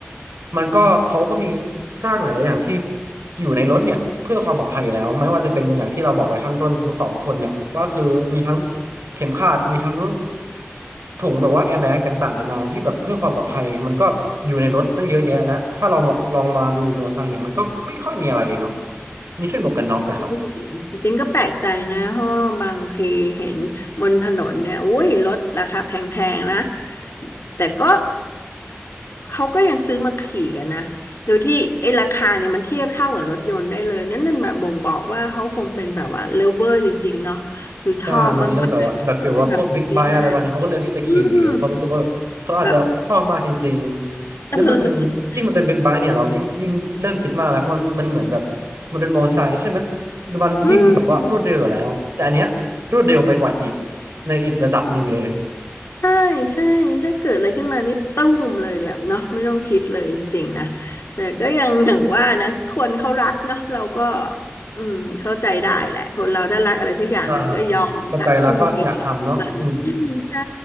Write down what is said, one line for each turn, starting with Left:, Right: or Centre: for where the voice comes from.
Right: มันก็เขาก็มีสร้างหลายๆอย่างที่อยู่ในรถเนี่ยเพื่อความปลอดภัยอยู่แล้วไม่ว่าจะเป็นอย่างที่เราบอกไว้ข้างต้นทั้งสองคนเนี่ยว่าคือมีทั้งเข็มขัดมีทั้งถุงแบบว่าแอร์แบ็กต่างๆนานาที่แบบเพื่อความปลอดภัยมันก็อยู่ในรถตั้งเยอะแยะแล้วถ้าเรามองลองมาดูมอเตอร์ไซค์เนี่ยมันก็ไม่ค่อยมีอะไรเลยเนาะมีแค่หมวกกันน็อกอะครับ
Left: อืมแต่ปิงก็แปลกใจนะเพราะว่าบางทีเห็นบนถนนเนี่ยอุ้ยรถราคาแพงๆนะแต่ก็เขาก็ยังซื้อมาขี่กันนะโดยที่ไอ้ราคาเนี่ยมันเทียบเท่ากับรถยนต์ได้เลยนั่นนั่นแบบบ่งบอกว่าเขาคงเป็นแบบว่าเลิฟเวอร์จริงๆเนาะหรือชอบมากๆถึงจะแบบซื้อมา
Right: ใช่มันเลือกแบบว่าแบบฟีลว่าพวกบิ๊กไบค์อะไรวะเนี่ยเขาก็เลือกที่จะขี่เขารู้สึกว่าเขาอาจจะชอบมากจริงๆแล้วมันเป็นยิ่งมันเป็นบิ๊กไบค์เนี่ยเรายิ่งยิ่งเริ่มคิดมากแล้วเพราะมันมันเหมือนแบบ
Left: อืมแบบ <laughs>
Right: มันเป็นมอเตอร์ไซค์ใช่ไหมมันยิ่งแบบว่ารวดเร็วอยู่แล้วแต่อันเนี้ยรวดเร็วไปกว่าอีก
Left: เอออืม
Right: ในอีกระดับหนึ่งเลย
Left: ใช่ใช่ถ้าเกิดอะไรขึ้นมานี่ตุ้มเลยเนี่ยเนาะไม่ต้องคิดเลยจริงๆนะแต่ก็ยังอย่างว่านะคนเขารักเนาะเราก็อืมเข้าใจได้แหละคนเราถ้ารักอะไรสักอย่างหนึ่งก็ยอมละทุ่มเท
Right: ใช่พอใจแล้วก็อยากทำเนาะอืม
Left: มันอืมใช่